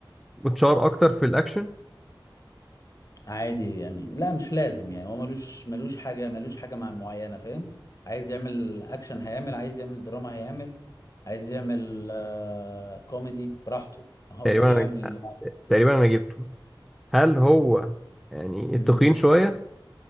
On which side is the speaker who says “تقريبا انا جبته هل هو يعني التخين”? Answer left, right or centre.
Centre